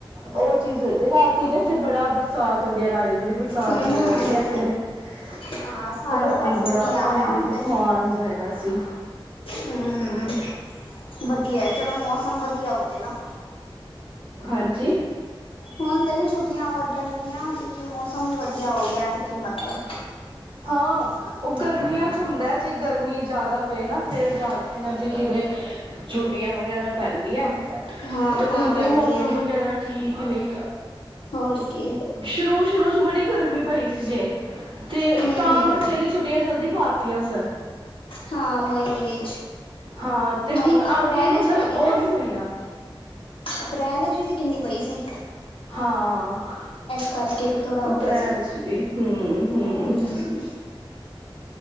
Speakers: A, on the right; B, on the left.
A: ਉਹ ਚੀਜ਼ ਰਾਤੀ ਤੇ ਇੱਥੇ ਬੜਾ ਬਰਸਾਤ ਵਗੈਰਾ ਆਈ ਹੈ ਬੜੀ ਬਰਸਾਤ
B: ਹਮ
A: ਵਗ਼ੈਰਾ ਰਹੀ ਹੈ ਇੱਥੇ ਤੇ
B: ਹਾਂ ਸਾਰੇ
A: ਰਾਤੀ
B: ਪਾਸੇ
A: ਬੜਾ
B: ਮੀਂਹ ਆ
A: ਆਂਧੀ
B: ਰਿਹਾ ਹੁਣ
A: ਤੂਫਾਨ
B: ਤੇ
A: ਜਾਏਗਾ ਸੀ
B: ਹਮ ਵਧੀਆ ਚਲੋ ਮੌਸਮ ਵਧੀਆ ਕਿ ਨਾ
A: ਹਾਂਜੀ
B: ਹੁਣ ਤਾਂ ਨਹੀਂੀ ਛੁੱਟੀਆਂ ਵੱਧਣਗੀਆਂ ਕਿਉਂਕਿ ਮੌਸਮ ਹੀ ਵਧੀਆ ਹੋ ਗਿਆ ਤੇ ਕੀ ਮਤਲਬ
A: ਹਾਂ ਉਹ ਗਰਮੀਆਂ ਚ ਹੁੰਦਾ ਏ ਜ ਜੇ ਗਰਮੀ ਜ਼ਿਆਦਾ ਪਏ ਨਾ ਫੇਰ ਜਾ <inaudible> ਇਹਨਾਂ ਦੀ ਕਈ ਵਾਰੀ ਛੁੱਟੀਆਂ ਵਗੈਰਾ ਪੈਂਦੀਆਂ
B: ਹਾਂ
A: ਤੇ
B: ਤਾਂ
A: ਹੁਣ ਤੇ
B: ਪੈਂਦੀਆਂ
A: ਮੌਸਮ
B: ਨੇ
A: ਵਗੈਰਾ ਠੀਕ ਨੇਂ
B: ਹੋਰ ਕੀ
A: ਸ਼ੁਰੂ ਸ਼ੁਰੂ ਚ ਬੜੀ ਗਰਮੀ ਪਈ ਸੀ। ਜੇ ਤੇ
B: ਹੂੰ
A: ਤਾਂ
B: ਹੂੰ
A: ਬੱਚੇ ਦੀ ਛੁੱਟੀਆਂ ਜਲਦੀ ਪਾ ਟੀਆਂ ਸਨ
B: ਹਾਂ ਮਈ ਵਿੱਚ
A: ਹਾਂ ਤੇ
B: ਮਈ
A: ਹੁਣ
B: ਅਪ੍ਰੈਲ
A: ਅੱਗੇ
B: ਇਚ
A: ਮਤਲਬ
B: ਪਏ ਗਈ
A: ਉਹ
B: ਨਾ
A: ਨਹੀਂ ਹੋਈਆਂ
B: ਅਪ੍ਰੈਲ ਇਚ ਵੀ ਤੇ ਕਿੰਨੀ ਪਈ ਸੀਂ
A: ਹਾਂ ਪੁਚ ਪੁਚ
B: ਕਰਕੇ ਵੀ ਥੋੜਾ ਹੋ
A: ਅਪ੍ਰੈਲ
B: ਗਿਆ ਸੀ
A: ਚ ਵੀ ਹਮ ਹਮ
B: ਹੂੰ
A: <inaudible>